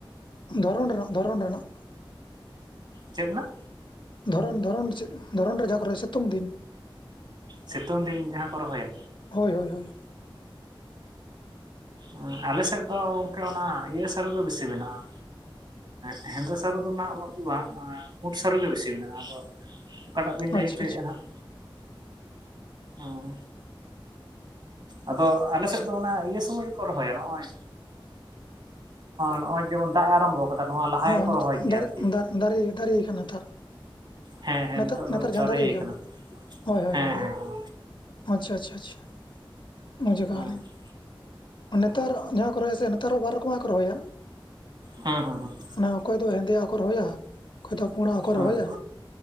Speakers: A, on the left; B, on the right.
A: ᱫᱷᱚᱨᱚᱱ ᱨᱮᱱᱟᱜ ᱫᱷᱚᱨᱚᱱ ᱨᱮᱱᱟᱜ
B: ᱪᱮᱫ ᱨᱮᱱᱟᱜ
A: ᱫᱷᱚᱨᱚᱱ ᱫᱷᱚᱨᱚᱱ ᱪᱮᱫ ᱫᱷᱚᱨᱚᱱ ᱨᱮ ᱡᱟᱦᱟᱸ ᱠᱚ ᱨᱚᱦᱚᱭᱟ ᱥᱤᱛᱩᱝ ᱫᱤᱱ
B: ᱥᱤᱛᱩᱝ ᱫᱤᱱ ᱡᱟᱦᱟᱸ ᱠᱚ ᱨᱚᱦᱚᱭᱟ
A: ᱦᱳᱭ ᱦᱳᱭ ᱦᱳᱭ
B: ᱚᱸ ᱟᱞᱮ ᱥᱮᱫ ᱫᱚ ᱜᱚᱢᱠᱮ ᱚᱱᱟ ᱤᱭᱟᱹ ᱥᱟᱹᱨᱩ ᱜᱮ ᱵᱮᱥᱤ ᱢᱮᱱᱟᱜᱼᱟ ᱮᱸ ᱦᱮᱸᱫᱮ ᱥᱟᱹᱨᱩ ᱫᱚ ᱩᱱᱟᱹᱜ ᱫᱚ ᱵᱟᱝ ᱯᱩᱸᱰ ᱥᱟᱹᱨᱩ ᱜᱮ ᱵᱮᱥᱤ ᱢᱮᱱᱟᱜᱼᱟ ᱟᱫᱚ ᱚᱠᱟᱴᱟᱜ ᱵᱤᱱ ᱞᱮᱭ
A: ᱟᱪᱪᱷᱟ
B: ᱦᱚᱪᱚᱭᱮᱜᱼᱟ
A: ᱟᱪᱪᱷᱟ
B: ᱦᱟᱸᱜ ᱚᱸ ᱟᱫᱚ ᱟᱞᱮ ᱥᱮᱫ ᱫᱚ ᱚᱱᱟ ᱤᱭᱟᱹ ᱥᱚᱢᱚᱭ ᱨᱚᱦᱚᱭᱟ ᱱᱚᱜᱼᱚᱭ ᱱᱚᱜᱼᱚᱭ ᱡᱮᱢᱚᱱ ᱫᱟᱜ ᱮ ᱟᱨᱟᱢᱵᱚ ᱠᱟᱫᱟ ᱱᱚᱣᱟ ᱞᱟᱦᱟ
A: ᱦᱳᱭ
B: ᱜᱮᱠᱚ
A: ᱦᱳᱭ ᱱᱤᱛᱚᱜ
B: ᱨᱚᱦᱚᱭ ᱠᱮᱭᱟ
A: ᱫᱟᱨᱮ
B: ᱟᱨᱠᱤ
A: ᱫᱟ- ᱫᱟᱨᱮ ᱫᱟᱨᱮ ᱠᱟᱱᱟ ᱱᱮᱛᱟᱨ
B: ᱦᱮᱸ ᱦᱮᱸ
A: ᱱᱮᱛᱟᱨ
B: ᱱᱤᱛᱚᱜ ᱫᱚ
A: ᱱᱮᱛᱟᱨ ᱡᱟᱦᱟ ᱫᱟᱨᱮ
B: ᱟᱠᱟᱱᱟ
A: ᱠᱟᱱ ᱦᱳᱭ ᱦᱳᱭ
B: ᱦᱮᱸ
A: ᱦᱳᱭ
B: ᱦᱮᱸ
A: ᱟᱪᱪᱷᱟ ᱟᱪᱪᱷᱟ ᱟᱪᱪᱷᱟ ᱵᱩᱡᱷᱽ
B: ᱦᱮᱸ
A: ᱠᱟᱜᱼᱟ ᱞᱤᱧ ᱱᱮᱛᱟᱨ ᱡᱟᱦᱟᱸ ᱠᱚ ᱨᱚᱦᱚᱭᱟ ᱥᱮ ᱱᱮᱛᱟᱨ ᱦᱚᱸ ᱵᱟᱨ ᱨᱚᱠᱚᱢᱟᱜ ᱜᱮᱠᱚ ᱨᱚᱦᱚᱭᱟ
B: ᱦᱩᱸ ᱦᱩᱸ ᱦᱩᱸ
A: ᱟᱱᱟ ᱚᱠᱚᱭ ᱫᱚ ᱦᱮᱸᱫᱮᱭᱟᱜ ᱠᱚ ᱨᱚᱦᱚᱭᱟ ᱚᱠᱚᱭ ᱫᱚ ᱯᱩᱲᱟᱜ ᱠᱚ
B: ᱦᱮᱸ
A: ᱨᱚᱦᱚᱭᱟ